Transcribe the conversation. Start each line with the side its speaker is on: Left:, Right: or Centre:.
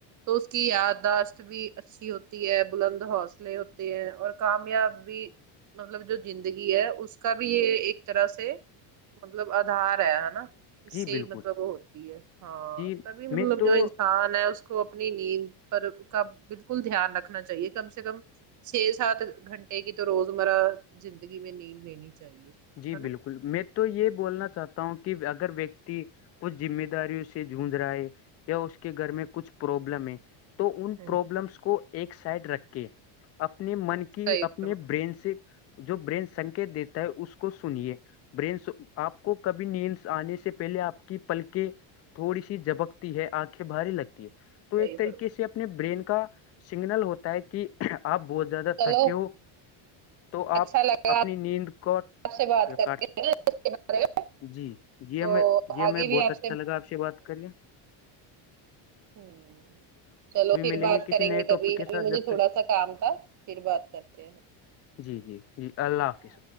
Right: تو اس کی یاداشت بھی اچھی ہوتی ہے بلند حوصلے ہوتے ہیں اور کامیاب بھی مطلب جو زندگی ہے اس کا بھی یہ ایک طرح سے مطلب آدھار ہے ہے نا اس
Left: جی
Right: سے
Left: بالکل
Right: ہی مطلب وہ ہوتی ہے ہاں
Left: جی
Right: تبھی
Left: میں
Right: مطلب
Left: تو
Right: جو انسان ہے اس کو اپنی نیند پر کا بالکل دھیان رکھنا چاہیے کم سے کم چھ سات گھنٹے کی تو روز مرہ زندگی میں نیند لینی چاہیے
Left: جی
Right: ہے
Left: بالکل
Right: نا
Left: میں تو یہ بولنا چاہتا ہوں کہ اگر ویکتی کچھ ذمہ داریوں سے جونج رہا ہے یا اس کے گھر میں کچھ پروابلم ہے تو ان
Right: ہوں
Left: پرابلمس کو ایک سائڈ رکھ کے اپنے من کہ
Right: صحیح
Left: اپنے
Right: فرما
Left: برین سے جو برین سنکیت دیتا ہے اس کو کو سنیے برین سے آپ کو کبھی نیندس آنے سے پہلے آپ کی پلکیں تھوڑی سی جھبکتی ہے آنکھیں بھاری لگتی ہے تو ایک
Right: صحیح
Left: طریقے
Right: فرما
Left: سے اپنے برین کا سگنل ہوتا ہے کہ آپ بہت زیادہ
Right: چلو
Left: تھکے ہو تو
Right: اچھا
Left: آپ
Right: لگا
Left: اپنی نیند کو
Right: آپ سے بات کر
Left: کاٹ
Right: کے
Left: سکتے
Right: ہے نا اس کے بارے میں
Left: جی جی
Right: تو
Left: ہمیں جی ہمیں
Right: آگے
Left: بہت
Right: بھی آپ
Left: اچھا لگا آپ سے بات کرنے
Right: امم چلو پھر
Left: ملیں
Right: بات
Left: کسی
Right: کریں
Left: نئے
Right: گے
Left: ٹاپک
Right: کبھی
Left: کے
Right: کبھی
Left: ساتھ
Right: مجھے
Left: جب تک
Right: تھوڑا سا کام تھا پھر بات کر کہ ہے
Left: جی جی جی اللہ حافظ